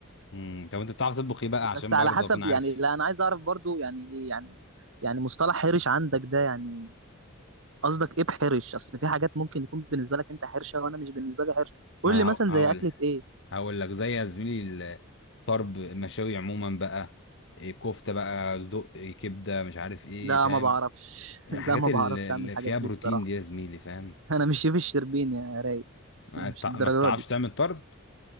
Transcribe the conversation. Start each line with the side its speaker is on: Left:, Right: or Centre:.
Left: امم طب انت بتعرف تطبخ ايه بقى عشان
Right: بس على
Left: برضه
Right: حسب
Left: اكون عارف
Right: يعني لا انا عايز اعرف برضو يعني ايه يعني يعني مصطلح حرش عندك ده يعني قصدك ايه بحرش اصل في حاجات ممكن يكون بالنسبه لك انت حرشه وانا مش بالنسبه لي حرش قول
Left: ما انا
Right: لي مثلا
Left: هق-
Right: زي
Left: هقول
Right: اكله ايه
Left: هقول لك زي يا زميلي الطرب المشاوي عموما بقى إيه، كفته بقى صدق إيه، كبده مش عارف ايه
Right: لا
Left: فاهم
Right: ما بعرفش
Left: الحاجات
Right: <laughs> لا ما
Left: ال-
Right: بعرفش
Left: اللي
Right: اعمل الحاجات
Left: فيها
Right: دي
Left: بروتين
Right: الصراحه
Left: دي يا زميلي فاهم
Right: <laughs> انا مش شيف الشربين يا راي
Left: ما
Right: <laughs>
Left: بتع-
Right: مش الدرجه
Left: ما بتعرفش
Right: دي
Left: تعمل طرب